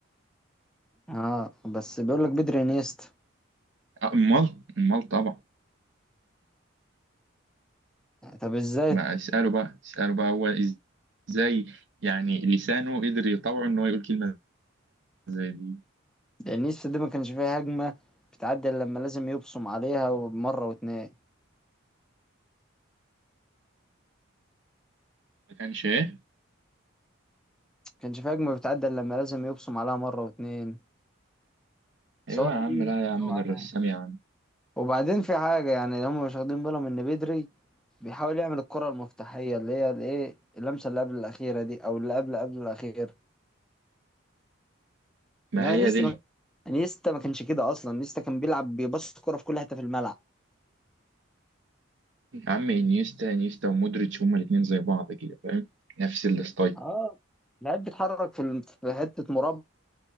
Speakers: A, in the centre; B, on the right.
A: اه بس بيقول لك بدري انيستا
B: آه، امال امال طبعا
A: يعني طب ازاي
B: ما اسأله بقى اسأله بقى هو إز- ازاي يعني لسانه قدر يطوعه ان هو يقول كلمة زي دي
A: انيستا دي ما كانش فيها هجمة بتعدي إلا لما لازم يبصم عليها مرة واتنين ما
B: ما كانش ايه
A: كانش فيها هجمة بتعدي إلا لما لازم يبصم عليها مرة واتنين
B: ايوه
A: سواء
B: يا عم
A: ليه
B: لا يا عم
A: أو على
B: ده الرسام يا عم
A: وبعدين في حاجة يعني هم مش واخدين بالهم إن بدري بيحاول يعمل الكرة المفتاحية اللي هي الإيه اللمسة اللي قبل الأخيرة دي أو اللي قبل قبل الأخير
B: ما
A: إنما
B: هي
A: نيستا
B: دي
A: ما نيستا ما كانش كده أصلا نيستا كان بيلعب بيبص الكرة في كل حتة في الملعب
B: يا عم انيستا انيستا ومودريتش هما الاتنين زي بعض كده فاهم نفس الستايل
A: اه لعيب بيتحرك في الم- في حتة مربع